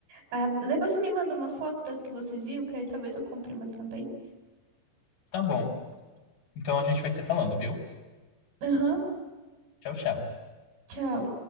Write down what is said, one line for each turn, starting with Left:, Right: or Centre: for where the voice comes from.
Right: Ah, depois você me manda uma foto das que você viu, que aí talvez eu compre uma também.
Left: Tá bom. Então a gente vai se falando, viu?
Right: Aham.
Left: Tchau, tchau.
Right: Tchau.